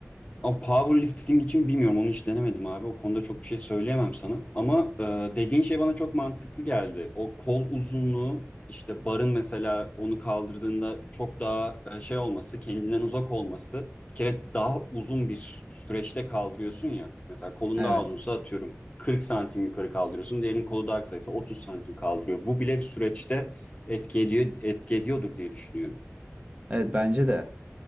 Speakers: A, on the left (about 30°); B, on the right (about 30°).
A: Ama powerlifting için bilmiyorum onu hiç denemedim abi. O konuda çok bir şey söyleyemem sana. Ama e, dediğin şey bana çok mantıklı geldi. O kol uzunluğu işte barın mesela onu kaldırdığında çok daha e, şey olması, kendinden uzak olması. Bir kere daha uzun bir süreçte kaldırıyorsun ya. Mesela kolun
B: Evet.
A: daha uzunsa atıyorum 40 santim yukarı kaldırıyorsun. Diğerinin kolu daha kısaysa 30 santim kaldırıyor. Bu bile bir süreçte etki ediyor, etki ediyordur diye düşünüyorum.
B: Evet bence de.